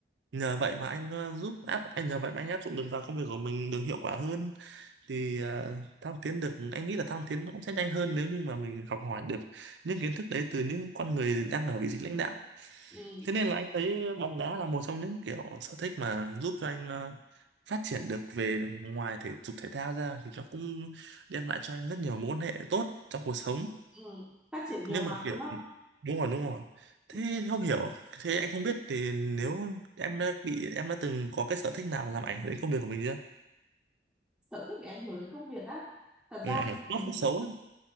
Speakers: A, on the right (about 90°); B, in the centre.
A: nhờ vậy mà anh ờ, giúp áp anh nhờ vậy mà anh áp dụng được vào công việc của mình được hiệu quả hơn thì ờ, thăng tiến được anh nghĩ là thăng tiến nó cũng sẽ nhanh hơn nếu như mà mình học hỏi được những kiến thức đấy từ những con người đang ở vị trí lãnh đạo
B: Ừ.
A: thế nên là anh thấy bóng đá là một trong những kiểu sở thích mà giúp cho anh ờ, phát triển được về ngoài thể dục thể thao ra thì nó cũng đem lại cho anh rất nhiều mối quan hệ tốt trong cuộc sống
B: ừ. phát triển nhiều
A: nhưng
B: mặt
A: mà kiểu
B: đúng không
A: đúng rồi đúng rồi thế
B: Ừ.
A: không hiểu thế anh không biết thì nếu em đã bị em đã từng có cái sở thích nào mà làm ảnh hưởng đến công việc của mình chưa
B: sở thích để ảnh hưởng đến công việc á thật
A: ừ,
B: ra
A: ảnh hưởng
B: thì
A: tốt hay xấu ấy